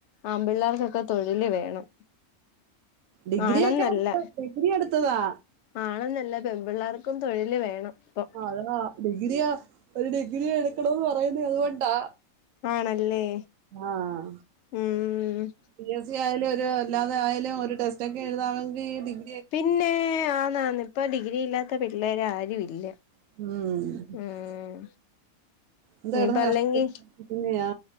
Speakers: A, on the left (about 65°); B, on the right (about 70°).
A: ആമ്പിള്ളേർകൊക്കെ തൊഴില് വേണം
B: ഡിഗ്രിഒക്കെ
A: ആണെന്നല്ല
B: എടു ഡിഗ്രി എടുത്തതാ
A: ആണെന്നല്ല പെൺ പിള്ളേർക്കും തൊഴില് വേണം. ഇപ്പൊ
B: ആ <unintelligible> ഡിഗ്രിയാ ഒരു ഡിഗ്രി എടുക്കണന്ന് പറയുന്നത് അതുകൊണ്ടാ.
A: ആണല്ലേ
B: ആഹ
A: ഉം
B: പി എസ് സി. ആയാലും ഒരു അല്ലാതൊയാലും, ഒരു ടെസ്റ്റ ഒക്കെ എഴുതാമെങ്കിൽ ഡിഗ്ര
A: പിന്നെ ആന്നാന്ന ഇപ്പൊ ഡിഗ്രി ഇല്ലാത്ത പിള്ളേര് ആരു ഇല്ല.
B: ഉം
A: ഉം
B: എന്താ
A: ഇനിയിപ്പ
B: ഇടന്ന് കഷ്ടപ്പെട്ട്
A: അല്ലെങ്കി
B: <unintelligible> ക്കുന്നെയാ